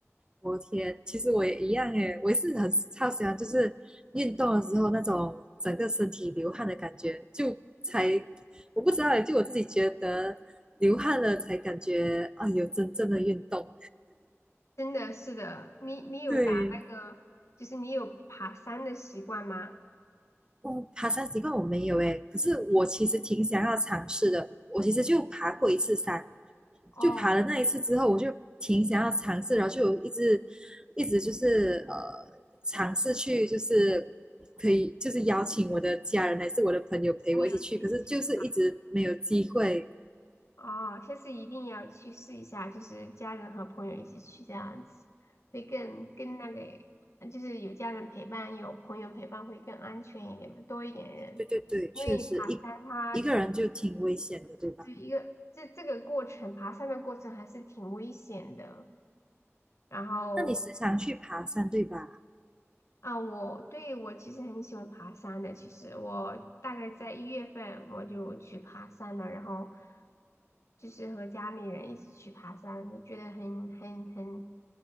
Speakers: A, on the right; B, on the left.
A: 我天，其实我也一样耶，我也是很超喜欢，就是运动的时候那种整个身体流汗的感觉，就才我不知道耶，就我自己觉得流汗了才感觉啊有真正的运动，
B: 真的是的，你你有打那个就是你有爬山的习惯吗？
A: 对。哦，爬山习惯我没有诶，可是我其实挺想要尝试的。我其实就爬过一次山，
B: 哦。
A: 就爬了那一次之后，我就挺想要尝试，然后就有一直一直就是呃尝试去，就是可以就是邀请我的家人还是我的朋友陪我一起去，
B: 朋友一起去
A: 可是就是一直没有机会。
B: 哦，下次一定要去试一下，就是家人和朋友一起去这样子，会更更那个，呃就是有家人陪伴，有朋友陪伴会更安全一点嘛，多一点人。
A: 对对对，
B: 因为爬山它这
A: 确实一一个人就挺危险的，对吧？
B: 一个这这个过程，爬山的过程还是挺危险的，然后
A: 那你时常去爬山，对吧？
B: 啊，我对我其实很喜欢爬山的。其实我大概在一月份我就去爬山了，然后就是和家里人一起去爬山，就觉得很很很，